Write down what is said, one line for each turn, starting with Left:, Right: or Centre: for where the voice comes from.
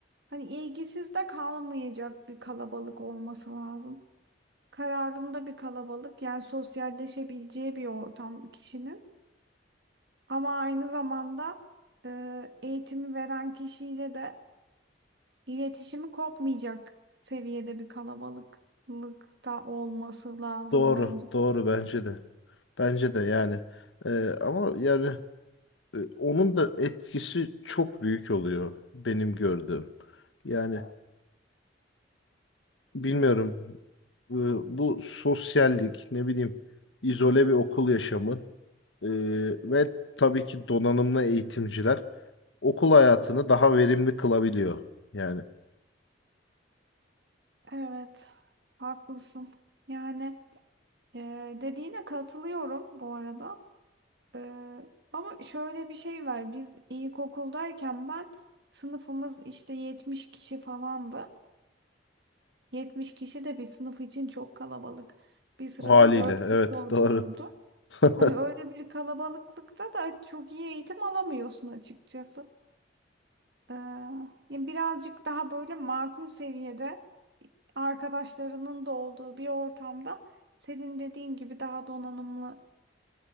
Right: hani ilgisiz de kalmayacak bir kalabalık olması lazım. Kararında bir kalabalık yani sosyalleşebileceği bir ortam kişinin. Ama aynı zamanda e, eğitimi veren kişiyle de iletişimi kopmayacak seviyede bir kalabalıklık da olması lazım
Left: Doğru,
Right: bence.
Left: doğru bence de. Bence de yani. E, ama yani e, onun da etkisi çok büyük oluyor benim gördüğüm. Yani bilmiyorum. e, Bu sosyallik, ne bileyim, izole bir okul yaşamı e, ve tabii ki donanımlı eğitimciler okul hayatını daha verimli kılabiliyor. Yani
Right: Evet, haklısın. Yani e, dediğine katılıyorum bu arada. E, ama şöyle bir şey var. Biz ilkokuldayken ben sınıfımız işte 70 kişi falandı. 70 kişi de bir sınıf için çok kalabalık. Bir sırada
Left: haliyle.
Right: 4 kişi
Left: Evet,
Right: otururdu.
Left: doğru. <laughs>
Right: Hani öyle bir kalabalıklıkta da çok iyi eğitim alamıyorsun açıkçası. E, yani birazcık daha böyle makul seviyede arkadaşlarının da olduğu bir ortamda senin dediğin gibi daha donanımlı